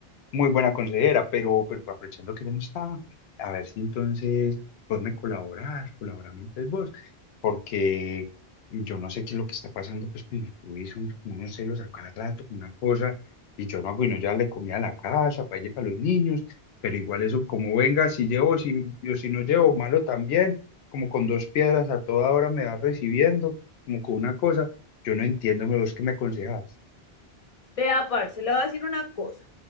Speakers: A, on the left; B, on the left.
A: muy buena consejera, pero, pero aprovechando que yo no estaba, a ver si entonces vos me colaborás, colaborame entonces vos, porque yo no sé qué es lo que está pasando pues con mi Luis, hombre, como unos celos a cada rato, con una cosa, y yo no hago y no ya le comía a la casa, para allí para los niños, pero igual eso, como venga, si llevo, si, yo si no llevo, malo también, como con dos piedras a toda hora me va recibiendo, como con una cosa, yo no entiendo, ¿me vos qué me aconsejas?
B: Vea, parce, le voy a decir una cosa.